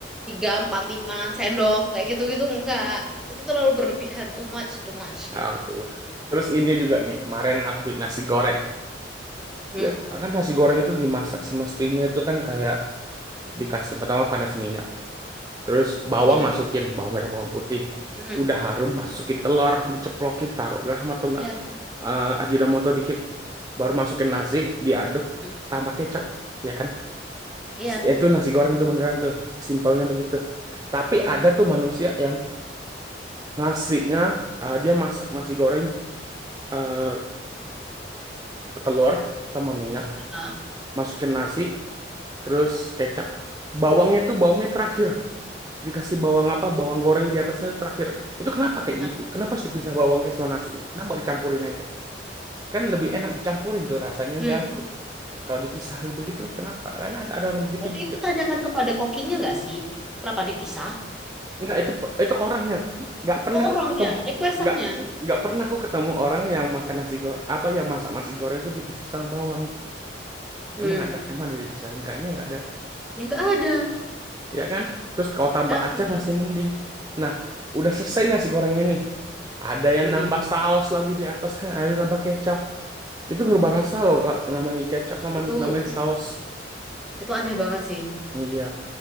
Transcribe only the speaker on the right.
ah, tuh. Terus ini juga nih, kemarin aku beli nasi goreng.
ya kan nasi goreng itu dimasak semestinya itu kan kayak dikasih pertama panas minyak terus bawang
masukin bawang merah bawang putih
udah harum masukin telur diceplokin taruh garam atau enggak
eh, Ajinomoto dikit baru masukin nasi diaduk
tambah kecap ya kan
Si- itu nasi goreng itu beneran tuh simpelnya begitu tapi
ada tuh manusia yang nasinya eh, dia masak nasi goreng eh, telur sama minyak
masukin nasi terus kecap. Bawangnya tuh bawangnya terakhir. Dikasih bawang apa?
Bawang goreng di atasnya itu terakhir. Itu kenapa kayak
gitu? Kenapa harus dipisah bawangnya sama nasinya? Kenapa dicampurin aja? Kan lebih enak dicampurin tuh rasanya
jatuh. Kalau dipisah begitu kenapa? Kan ada, ada orang begitu
juga.
Enggak, itu itu orangnya nggak pernah
aku
ketemu
nggak nggak pernah aku ketemu orang yang makan nasi goreng apa yang masak nasi goreng itu dipisah sama bawang.
Emang ada emang ada dipisahin kayaknya nggak ada.
ya kan? Terus kalau tambah
acar masih mending. Nah, udah selesai nasi gorengnya nih. Ada yang
nambah saus lagi di atasnya, <laughs> ada yang nambah kecap. Itu ngerubah rasa loh, Kak, nambahin kecap sama
nambahin saus.
Iya.